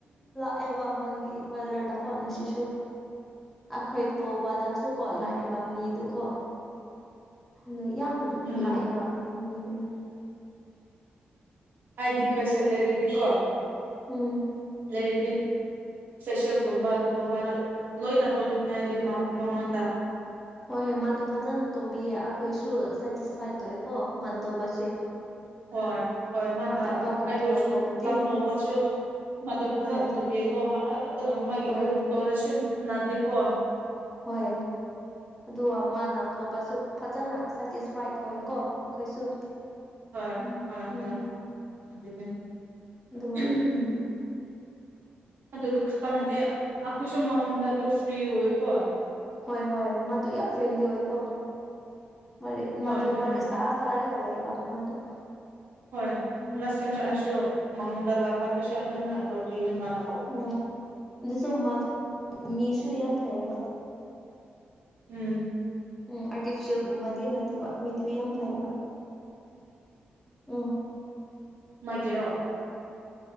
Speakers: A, in the centre; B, on the right (about 65°).
A: ꯂꯩꯕ ꯃꯥꯒꯤ ꯄꯂꯔꯗꯀꯣꯟꯅ ꯁꯤꯁꯨ ꯑꯩꯈꯣꯏ ꯇꯣꯕꯗ ꯁꯨ ꯀꯣꯂꯥꯛ
B: ꯑꯣ
A: ꯑꯦꯕ ꯃꯤꯗꯨ ꯀꯣ ꯅꯣꯏ ꯌꯥꯝ
B: ꯎꯝ
A: ꯂꯥꯛꯑꯦꯕ ꯃꯤꯈꯅ
B: ꯑꯩꯗꯤ ꯄꯩꯁꯥ ꯂꯩꯔꯦꯗꯤ ꯀꯣꯟ
A: ꯎꯝ
B: ꯂꯩꯗꯤꯦ ꯐꯦꯁꯤꯌꯦꯦꯜꯒꯨꯝꯕ ꯑꯗꯨꯒꯨꯝꯕ ꯂꯣꯏꯅ ꯇꯣꯏꯅꯤꯡꯉꯦ ꯍꯥꯏꯗꯤ ꯃꯉꯣꯟꯗ
A: ꯍꯣꯏ ꯃꯥꯗꯨ ꯐꯖꯅ ꯇꯧꯕꯤꯌꯦ ꯑꯩꯈꯣꯏꯁꯨ ꯁꯦꯇꯤꯁꯐꯥꯏꯠ ꯇꯧꯑꯦꯀꯣ ꯃꯥꯅ ꯇꯧꯕꯁꯦ
B: ꯍꯣꯏ ꯍꯣꯏ ꯃꯥꯅ
A: ꯑꯇꯣꯞꯄ ꯀꯣꯝꯄꯤꯌꯔ
B: ꯑꯩꯕꯨꯁꯨ
A: ꯀꯧꯕꯗꯤ
B: ꯂꯥꯛꯊꯣꯛ ꯃ ꯃꯗꯨ
A: ꯍꯣꯏ
B: ꯐꯖꯅ ꯇꯨꯝꯕꯤꯑꯀꯣ ꯑꯗꯨꯒ ꯃꯥꯒꯤꯗꯨ
A: ꯍꯣꯏ
B: ꯇꯧꯔꯁꯨ ꯅꯅꯥꯗꯦꯀꯣ
A: ꯍꯣꯏ ꯑꯗꯨꯒ ꯃꯥꯅ ꯇꯣꯞꯄꯁꯨ ꯐꯖꯅꯇꯤꯁ ꯐꯏꯠ ꯑꯣꯏ ꯀꯣ ꯑꯩꯈꯣꯏꯁꯨ
B: ꯍꯣꯏ
A: ꯎꯝ
B: ꯍꯣꯏ
A: ꯎꯝ
B: ꯍꯣꯏ ꯑꯗꯨ
A: ꯑꯗꯨꯒ
B: ꯎꯝ ꯑꯗꯨꯄ ꯅꯠꯇꯦ ꯑꯩꯈꯣꯏꯁꯨ ꯃꯉꯣꯟꯗ ꯑꯗꯨ ꯐ꯭ꯔꯤ ꯑꯣꯏꯀꯣ
A: ꯍꯣꯏ ꯍꯣꯏ ꯃꯥꯗꯨ ꯌꯥꯝ ꯐ꯭ꯔꯦꯟꯂꯤ ꯑꯣꯏꯀꯣ ꯃ
B: ꯍꯣꯏ
A: ꯃꯗꯨ
B: ꯑꯗꯨꯅꯦ
A: ꯋꯥꯔꯤ ꯁꯥ ꯁꯔꯦ ꯍꯂꯦꯕ ꯃꯗꯨ
B: ꯍꯣꯏ
A: ꯎꯝ
B: ꯂꯁꯟ ꯆ
A: ꯎꯝ
B: ꯑꯁ ꯃꯉꯗ ꯂꯥꯛꯄꯥ ꯇꯁ ꯑꯗꯨꯝ ꯅ ꯇ ꯄ
A: ꯑꯣ ꯑꯗꯨꯁꯨ ꯃꯤꯁꯨ ꯌꯥꯝ ꯐꯩꯌꯦꯕ
B: ꯎꯝ
A: ꯎꯝ ꯑꯥꯔꯇꯤꯐꯤꯁꯦꯜꯒꯨꯝꯕꯗꯤ ꯅꯠꯇꯦꯕ ꯃꯤꯗꯨ ꯌꯥꯝ ꯐꯩꯕ ꯑꯣ
B: ꯃꯥꯒꯤꯦꯔꯣ